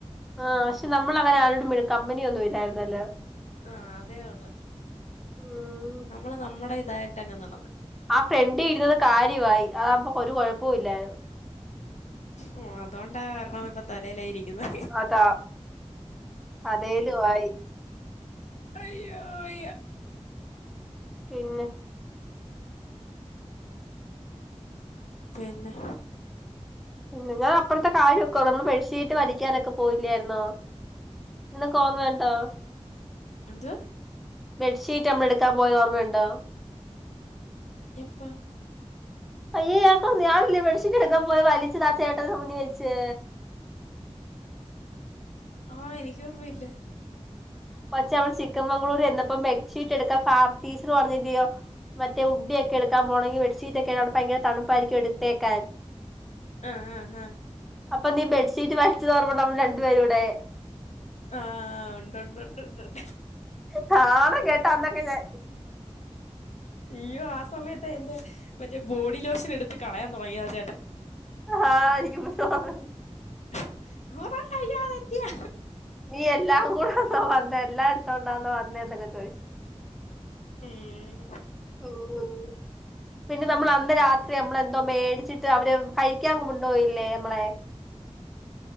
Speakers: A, in the centre; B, on the left.
A: ആ പക്ഷെ നമ്മളങ്ങനെ ആരോടും കമ്പന്യൊന്നും ഇല്ലായ്ര്ന്നല്ലോ
B: ആഹ് അതേ ഒള്ള്
A: ഉം
B: നമ്മള് നമ്മുടെഇതായിട്ടങ്ങ് നടന്ന്
A: ആ ഫ്രണ്ടീ ഇരുന്നത് കാര്യവായി. അതാവുമ്പോ ഒരു കൊഴപ്പവു ഇല്ലായിര്ന്ന്.
B: ഉം അതോണ്ടാ കാരണം ഇപ്പോ തലേലായിരി ക്ക്ന്ന
A: അതാ അതേലും ആയി
B: അയ്യോ വയ്യ
A: പിന്നെ
B: പിന്നെ
A: പിന്നെ ഞാൻ അപ്പഴ്ത്തെ കാര്യൊക്കെ <unintelligible> നമ്മള് ബെഡ്ഷീറ്റ് വലിക്കാനൊക്കെ പോയില്ലായ്ര്ന്നോ. നിനക്കോർമയുണ്ടോ?
B: എന്ത്
A: ബെഡ്ഷീറ്റ് അമ്മളെട്ക്കാൻ പോയത് ഓർമ്മയുണ്ടോ?
B: എപ്പ?
A: അയ്യേ ഇയാക്കോ ഇയാളല്ലേ ബഡ്ഷീറ്റെട്ക്കാൻ പോയ് വലിച്ചത് ആ ചേട്ടൻ്റെ മുന്നീവെച്ച്.
B: ആഹ് എനിക്കോർമ്മയില്ല.
A: കൊച്ചേ നമ്മള് ചിക്കൻമംഗ്ളൂര് ചെന്നപ്പം ബെഡ്ഷീറ്റെടുക്കാ ഫാ ത്തി ടീച്ചർ പറ്ഞ്ഞില്ലെയോ മറ്റേ ഉഡിയൊക്കെ എടുക്കാൻ പോണെങ്കി ബെഡ്ഷീറ്റൊക്കെ അവ്ടെ ഭയ്ങ്കര തണുപ്പായിര്ക്കും എടുത്തേക്കാൻ
B: ആഹ് ആഹ് ഹാ
A: അപ്പൊ നീ ബെഡ്ഷീറ്റ് വലിച്ചതോർമണ്ടോ നമ്മൾ രണ്ട് പേരൂടെ.
B: ആഹ് ഉണ്ട് ഉണ്ട് ഉണ്ട് ഉണ്ട്ണ്ട്.
A: ന്നാണം കെട്ടന്നക്കെ ഞാൻ
B: അയ്യോ ആ സമയത്താ എന്റെ മറ്റേ ബോഡി ലോഷൻ എടുത്ത് കളയാൻ തൊടങ്ങിയതാ ചേട്ടൻ.
A: ആഹ് എനിക്ക് <unintelligible> ഓർമയ്ണ്ട്.
B: <unintelligible> അയ്യോ അതെൻ്റിയാ.
A: നീ എല്ലാം കൂടെന്നോ വന്നേ എല്ലാം എട്ത്തോണ്ടാണോ വന്നേ ന്നൊക്കെ ചോയ്ച്ച്.
B: ഉം.
A: ഓ <unintelligible> പിന്നെ നമ്മൾ അന്ന് രാത്രി നമ്മളെന്തോ മേട്ച്ചിട്ട് അവര് കഴിക്കാൻ കൊണ്ടോയില്ലേ മ്മളെ